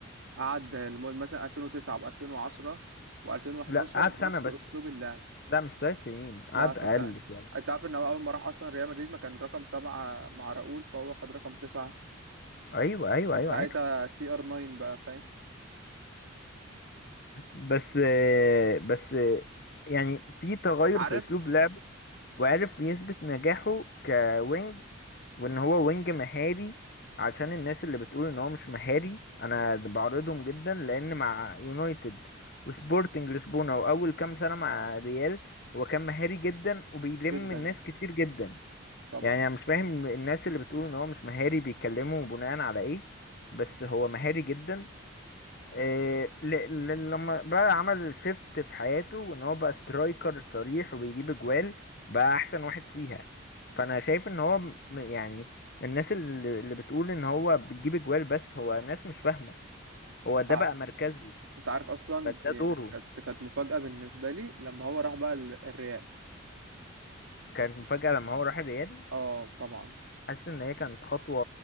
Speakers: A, on the right (about 75°); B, on the left (about 45°).
A: قعد الم- مثلا 2009 و2010 و2011
B: لا قعد سنه
A: نفس
B: بس
A: اسلوب اللعب
B: لا مش ثلاث سنين قعد
A: لا صدقني
B: اقل شويه
A: انت عارف ان هو اول ما راح اصلا ريال مدريد ما كان رقم سبعة مع راؤول فهو خد رقم تسعة
B: ايوه ايوه
A: كان
B: ايوه
A: ساعتها
B: عارف
A: سي ار 9 بقى فاهم
B: بس بس يعني في تغير
A: انت عارف
B: في اسلوب لعبه وعرف يثبت نجاحه كوينج وان هو وينج مهاري عشان الناس اللي بتقول ان هو مش مهاري انا بعرضهم جدا لان مع يونايتد وسبورتنج لشبونة واول كام سنة مع ريال هو كان مهاري جدا وبيلم
A: جدا
B: الناس كتير جدا
A: طبعا
B: يعني انا مش فاهم الناس اللي بتقول ان هو مش مهاري بيتكلموا بناء على ايه بس هو مهاري جدا إيه ل- ل- لما بقى عمل شيفت في حياته وان هو بقى سترايكر صريح وبيجيب اجوال بقى احسن واحد فيها فانا شايف ان هو م- يعني الناس اللي اللي بتقول ان هو بيجيب اجوال بس هو ناس مش فاهمة هو ده
A: تع-
B: بقى مركزه
A: انت عارف اصلا
B: فده
A: يعني
B: دوره
A: كانت كانت مفاجأة بالنسبة لي لما هو راح بقى ال- الريال
B: كانت مفاجأة لما هو راح الريال
A: اه طبعا
B: حاسس ان هي كانت خطوة